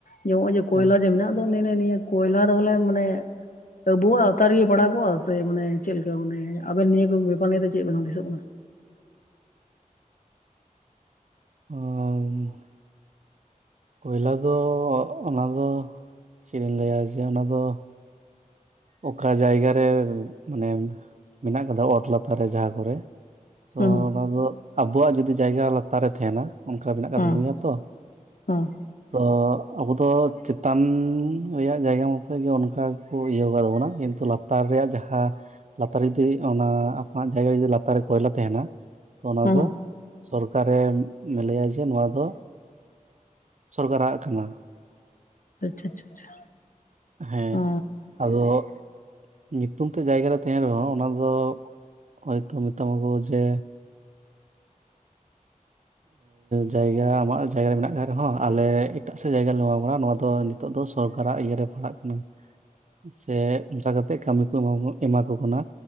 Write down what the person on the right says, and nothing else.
ᱦᱮᱸ
<inaudible> ᱠᱚᱭᱞᱟ ᱫᱚ ᱚᱱᱟ ᱫᱚ ᱪᱮᱫ ᱤᱧ ᱞᱟᱹᱭᱟ ᱡᱮ ᱚᱱᱟ ᱫᱚ ᱚᱠᱟ ᱡᱟᱭᱜᱟ ᱨᱮ ᱢᱟᱱᱮ ᱢᱮᱱᱟᱜ ᱠᱟᱫᱟ ᱚᱛ ᱞᱟᱛᱟᱨ ᱨᱮ ᱡᱟᱦᱟᱸ ᱠᱚᱨᱮ ᱛᱚ
ᱚᱱᱟ ᱫᱚ ᱟᱵᱚᱣᱟᱜ ᱡᱩᱫᱤ ᱡᱟᱭᱜᱟ ᱞᱟᱛᱟᱨ ᱨᱮ ᱛᱟᱦᱮᱸᱱᱟ ᱚᱱᱠᱟ ᱢᱮᱱᱟᱜ ᱠᱟᱫ
ᱛᱟᱵᱚᱱ ᱜᱮᱭᱟ ᱛᱚ ᱾
ᱛᱚ ᱟᱵᱚ ᱫᱚ ᱪᱮᱛᱟᱱ ᱨᱮᱭᱟᱜ ᱡᱟᱭᱜᱟ ᱢᱚᱛᱚᱡ ᱜᱮ ᱚᱱᱠᱟ ᱜᱮᱠᱚ ᱤᱭᱟᱹᱣ ᱠᱟᱜ ᱛᱟᱵᱚᱱᱟ ᱠᱤᱱᱛᱩ ᱞᱟᱛᱟᱨ ᱨᱮᱭᱟᱜ ᱡᱟᱦᱟᱸ ᱞᱟᱛᱟᱨ ᱡᱩᱫᱤ ᱚᱱᱟ ᱟᱯᱱᱟᱨᱟ ᱟᱜ ᱡᱟᱭᱜᱟ ᱡᱩᱫᱤ ᱞᱟᱛᱟᱨ ᱨᱮ ᱠᱚᱭᱞᱟ ᱛᱟᱦᱮᱱᱟ ᱛᱚ ᱚᱱᱟ
ᱫᱚ ᱥᱚᱨᱠᱟᱨᱮ ᱢᱮᱱ ᱞᱮᱭᱟ ᱡᱮ ᱱᱚᱣᱟ ᱫᱚ ᱥᱚᱨᱠᱟᱨᱟᱜ ᱠᱟᱱᱟ᱾
ᱦᱮᱸ
ᱟᱫᱚ᱾ ᱧᱩᱛᱩᱢ ᱛᱮ ᱡᱟᱭᱜᱟ ᱨᱮ ᱛᱟᱦᱮᱱ ᱨᱮᱦᱚᱸ ᱚᱱᱟ ᱫᱚ ᱦᱚᱭᱛᱚ ᱢᱮᱛᱟᱢ ᱟᱠᱚ ᱡᱮ ᱡᱟᱭᱜᱟ ᱟᱢᱟᱜ ᱡᱟᱭᱜᱟ ᱨᱮ ᱢᱮᱱᱟᱜ ᱟᱠᱟᱫ ᱨᱮᱦᱚᱸ ᱟᱞᱮ ᱮᱴᱟᱜ ᱥᱮᱫ ᱡᱟᱭᱜᱟ ᱞᱮ ᱮᱢᱟ ᱢᱟ ᱱᱚᱣᱟ ᱫᱚ ᱱᱤᱛᱚᱜ ᱫᱚ ᱥᱚᱨᱠᱟᱨᱟᱜ ᱤᱭᱟᱹ ᱨᱮ ᱯᱟᱲᱟᱜ ᱠᱟᱱᱟ᱾
ᱥᱮ ᱚᱱᱠᱟ ᱠᱟᱛᱮᱜ ᱠᱟᱹᱢᱤ ᱠᱚ ᱮ ᱮᱢᱟ ᱠᱚ ᱠᱟᱱᱟ᱾